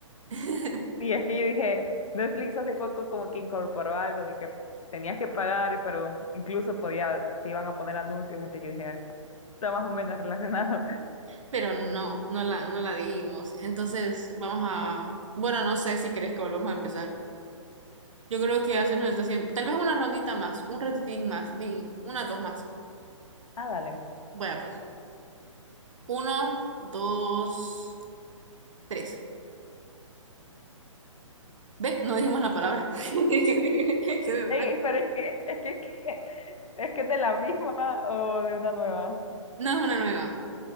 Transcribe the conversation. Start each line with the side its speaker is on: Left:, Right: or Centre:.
Right: <laughs>
Left: Sí, es que yo dije, Netflix hace poco como que incorporó algo de que tenías que pagar, pero incluso podía, te iban a poner anuncios, gente, yo dije, está más o menos relacionado. <laughs>
Right: Pero no, no la, no la dijimos. Entonces, vamos a, bueno, no sé si crees que volvamos a empezar. Yo creo que ya se nos está haciendo, tal vez una rondita más, un ratitín más, sí, una, dos más.
Left: Ah, dale.
Right: Bueno, pues, uno, dos, tres. Ve, no dijimos la palabra. <laughs> Quedé quedé en blanco.
Left: Ey, pero es que, es que, que- es que es de la misma o de una nueva.
Right: No es una nueva.